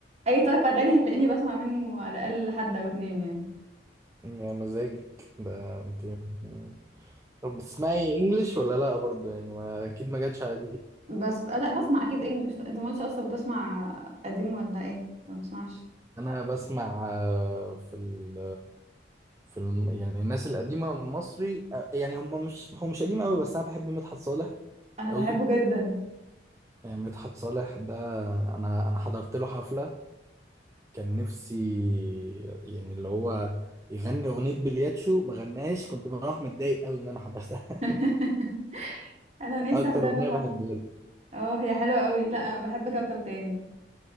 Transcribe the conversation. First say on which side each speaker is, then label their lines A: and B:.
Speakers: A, on the right; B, on the right.
A: أي تايب أغاني هتلاقيني بسمع منه على الأقل حد أو اتنين يعني
B: يا مزاجك ده انت <laughs> طب بتسمعي انجلش ولا لا برضو يعني ما اكيد ما جاتش على دي
A: بس لا بسمع اكيد انجلش انت ما قلتش اصلا بتسمع قديم ولا ايه ما بتسمعش
B: انا بسمع آه، في ال... في الم... يعني الناس القديمه المصري آه، يعني هم مش هو مش قديم قوي بس انا بحب مدحت صالح
A: انا
B: قوي
A: بحبه جدا
B: يعني مدحت صالح ده انا انا حضرت له حفله كان نفسي يعني اللي هو يغني اغنيه بلياتشو ما غناش كنت بروح متضايق قوي ان انا حضرتها <laughs>
A: <laughs> انا نفسي
B: اكتر
A: احضر
B: اغنيه
A: له حفله
B: بحبها له.
A: اه هي حلوه قوي لا انا بحب كوكب تاني